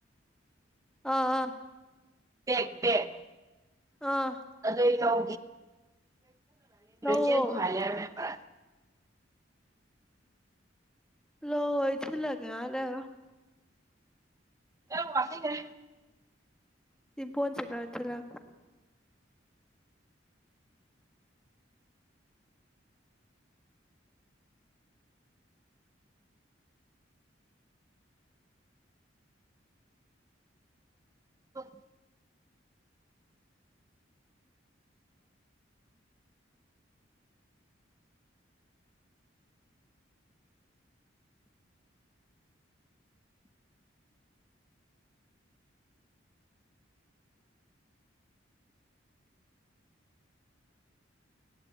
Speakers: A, in the centre; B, on the right.
A: ꯑꯥ
B: ꯕꯦꯛ ꯕꯦꯛ
A: ꯑꯥ
B: ꯑꯗꯨꯗ ꯐ
A: ꯂꯧꯋꯣ
B: ꯆꯦꯟ ꯄꯣꯈꯥꯢ ꯂꯩꯔꯝꯃꯦ ꯍꯥꯢꯕ
A: ꯂꯧ ꯑꯩ ꯊꯤꯜꯍꯜꯂꯛꯀꯦ ꯉꯥꯢꯍꯥꯛ ꯂꯩꯔꯒ
B: ꯑ ꯋꯥꯅꯤꯒꯦ
A: ꯏꯕꯣ ꯆꯠ ꯏꯂ
B: ꯑꯣ